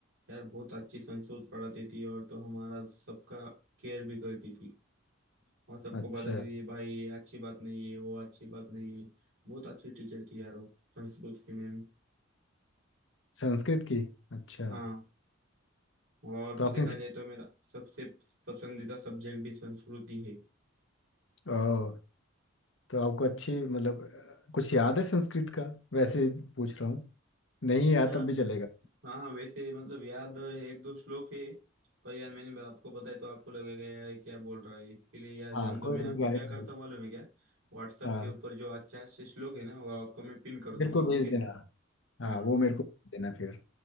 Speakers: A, on the right (about 80°); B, on the left (about 65°).
A: यार बहुत अच्छी संस्कृत पढ़ाती थी और तो हमारा सबका केयर भी करती थी और सबको
B: अच्छा
A: बताती थी भाई ये अच्छी बात नहीं है वो अच्छी बात नहीं है बहुत अच्छी टीचर थी यार वो संस्कृत की मैम
B: संस्कृत की अच्छा
A: हाँ और
B: तो
A: तो
B: आपने
A: देखा जाए तो मेरा सबसे पसंदीदा सब्जेक्ट भी संस्कृत ही है
B: ओह तो आपको अच्छी मतलब अ, कुछ याद है संस्कृत का वैसे ही पूछ रहा हूँ नहीं याद
A: हाँ
B: तब भी चलेगा
A: हाँ हाँ वैसे मतलब याद एक दो श्लोक है पर यार मैंने आपको बताया तो आपको लगेगा यार ये क्या बोल रहा है इसके लिए यार
B: हाँ
A: जान दो
B: कोई
A: मैं
B: नहीं
A: आपको
B: गाने
A: क्या करता
B: का
A: हूँ मालूम है क्या व्हाट्सएप
B: हाँ
A: के ऊपर जो अच्छा अच्छे श्लोक है ना वो आपको मैं पिन कर
B: मेरे
A: दूंगा
B: को भेज
A: ओके
B: देना हाँ
A: हाँ
B: वो मेरे को भेज देना फिर